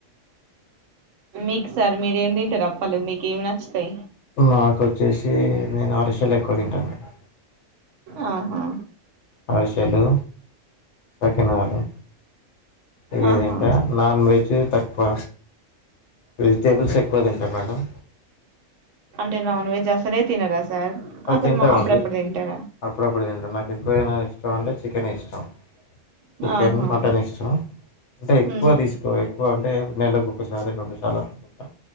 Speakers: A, on the right; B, on the left.
A: మీకు సార్ మీరేం తింటారు అప్పలు మీక ఏమి నచ్చుతాయి
B: నక్ ఓచెసి నేను ఆరుషలు ఎక్కువ తింటా మేడం
A: ఆహా
B: అరిసెలు సకినాలు ఇవ్వె
A: ఆహా
B: తింట నాన్ వెజ్ తక్కువ వెజిటేబుల్స్ ఎక్కువ తింటా మేడం
A: అంటే నాన్ వెజ్ అసలే తినరా సార్
B: ఆ!
A: అసలు
B: తింటామండి.
A: అప్పుడప్పుడు తింటారా
B: అప్పుడప్పుడు తింటా నాకు ఎక్కువైన ఇష్టం అంటే చికెన్ ఎ ఇష్టం చికెన్
A: ఆహా
B: మటన్ ఇష్టం అంటే ఎక్కువ
A: ఉమ్
B: తీసుకో ఎక్కువ అంటే నెలకు ఒకసారి రెండుసార్లు అట్లా